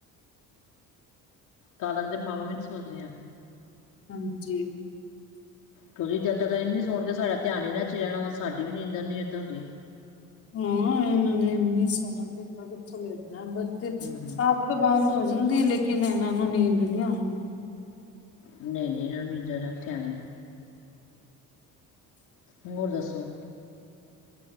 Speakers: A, on the left (about 70°); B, on the left (about 45°).
A: ਤਾਂ ਲਗਦੇ ਮਾਵਾਂ ਵੀ ਨੀ ਸੋਦੀਆਂ।
B: ਹਾਂਜੀ।
A: ਕਿਉਂਕਿ ਜਦ ਤੱਕ ਇਹ ਨੀ ਸੋਣ ਕੇ ਸਾਡਾ ਧਿਆਨ ਹੀ ਇਨਾ ਚ ਹੀ ਰਹਿਣਾ ਵਾ ਸਾਡੀ ਵੀ ਨੀਂਦਰ ਨੀ ਇੱਧਰ ਹੁੰਦੀ।
B: ਹਾਂ ਐਨਾ ਦੇ ਮਿਸ ਹੋਏ ਨਾ ਪੇਪਰ ਅੱਛਾ ਨੀ ਲਗਦਾ ਬਰਤ ਚ।
A: ਹਮ
B: ਅੱਖਾਂ ਬੰਦ ਹੋ ਜਾਂਦੀ ਲੇਕਿਨ ਇਹਨਾਂ ਨੂੰ ਨੀਂਦ ਨਹੀਂ ਆਉਂਦੀ।
A: ਨਹੀਂ, ਨਹੀਂ ਇਹਨਾਂ ਨੂੰ ਨਹੀਂ ਨਿੰਦਰ ਇਥੇ ਆਉਣੀ। ਹੋਰ ਦੱਸੋ?